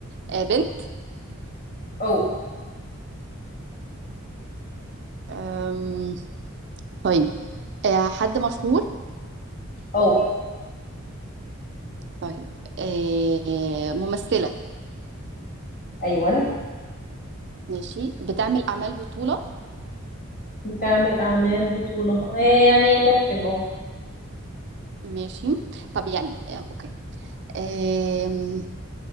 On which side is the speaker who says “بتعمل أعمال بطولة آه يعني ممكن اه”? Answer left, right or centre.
Left